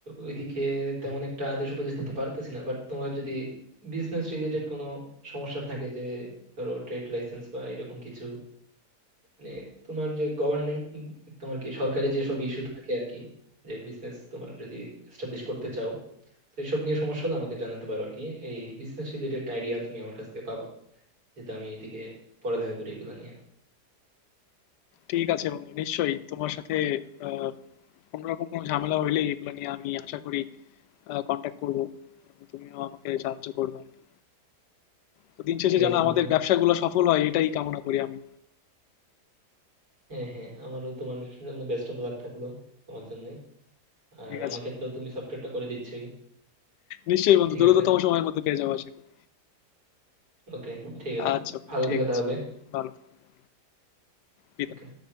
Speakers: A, on the right; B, on the left.
A: ওইদিকে তেমন একটা আদেশ উপদেশ দিতে পারতেছি না বাট তোমার যদি বিজনেস রিলেটেড কোনো সমস্যা থাকে যে ধরো ট্রেড লাইসেন্স বা এরকম কিছু মানে তোমার যে গভর্নমেন্ট তোমার কি সরকারি যেসব ইস্যু থাকে আর কি যে বিজনেস তোমার যদি এস্টাবলিশ করতে চাও তো এইসব নিয়ে সমস্যা হলে আমাকে জানাতে পারো আর কি এই বিজনেস রিলেটেড আইডিয়া তুমি আমার কাছ থেকে পাবা যেহেতু আমি এইদিকে পড়ালেখা করি এগুলো নিয়ে
B: ঠিক আছে বন্ধু নিশ্চয়ই তোমার সাথে আহ, কোনোরকম কোনো ঝামেলা হইলে এগুলো নিয়ে আমি আশা করি কন্ট্যাক্ট করবো এবং তুমিও আমাকে সাহায্য করবে আর কি তো দিন শেষে
A: ঠিক
B: যেন
A: আছে
B: আমাদের
A: বন্ধু
B: ব্যবসাগুলো সফল হয় এটাই কামনা করি আমি
A: হ্যাঁ হ্যাঁ আমারও তোমার জন্য বেস্ট অফ লাক থাকলো তোমার জন্য আর
B: ঠিক আছে
A: আমাকে তো তুমি সফটওয়্যারটা করে দিচ্ছই
B: নিশ্চয়ই বন্ধু
A: ঠিক
B: দ্রুততম
A: আছে
B: সময়ের মধ্যে পেয়ে যাবো আশা করি
A: ওকে ঠিক আছে
B: আচ্ছা বন্ধু,
A: ভালো
B: ঠিক
A: থেকো
B: আছে
A: তাহলে
B: ভালো থেকো বিদায়
A: ওকে